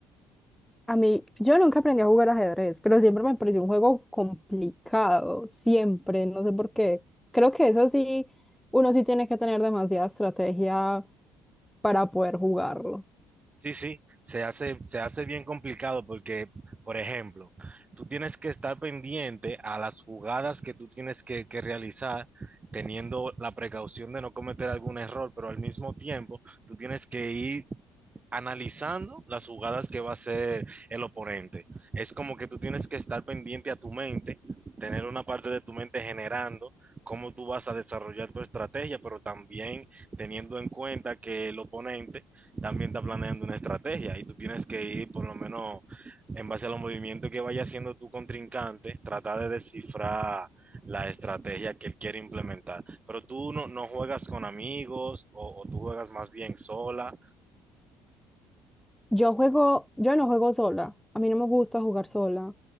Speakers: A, in the centre; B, on the right.
A: A mí, yo nunca aprendí a jugar ajedrez, pero siempre me pareció un juego complicado, siempre, no sé por qué. Creo que eso sí, uno sí tiene que tener demasiada estrategia para poder jugarlo.
B: Sí, sí, se hace, se hace bien complicado porque, por ejemplo, tú tienes que estar pendiente a las jugadas que tú tienes que, que realizar, teniendo la precaución de no cometer algún error, pero al mismo tiempo tú tienes que ir analizando las jugadas que va a hacer el oponente. Es como que tú tienes que estar pendiente a tu mente, tener una parte de tu mente generando cómo tú vas a desarrollar tu estrategia, pero también teniendo en cuenta que el oponente también está planeando una estrategia y tú tienes que ir por lo menos en base a los movimientos que vaya haciendo tu contrincante, tratar de descifrar la estrategia que él quiere implementar. Pero tú no, no juegas con amigos o, o tú juegas más bien sola.
A: Yo juego, yo no juego sola. A mí no me gusta jugar sola.